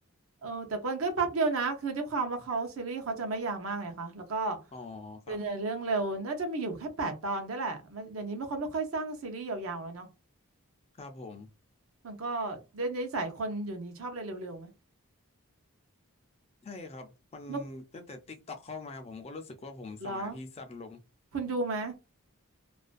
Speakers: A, on the right (about 60°); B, on the left (about 25°).
A: เออแต่มันก็แป๊บเดียวนะคือด้วยความว่าเขาซีรีส์เขาจะไม่ยาวมากไงคะแล้วก็
B: <laughs> อ๋อครับ
A: ดำเนินเรื่องเร็วน่าจะมีอยู่แค่แปดตอนได้แหละมันเดี๋ยวนี้ไม่ค่อยไม่ค่อยสร้างซีรีส์ยาวๆแล้วเนาะ
B: ครับผม
A: มันก็เดี๋ยวนี้สายคนอยู่นี้ชอบอะไรเร็วๆไหม
B: ใช่ครับมัน
A: เมื่อ
B: ตั้งแต่ติ๊กต็อกเข้ามาผมก็รู้สึกว่าผมสมาธิสั้นลง
A: เหรอคุณดูไหม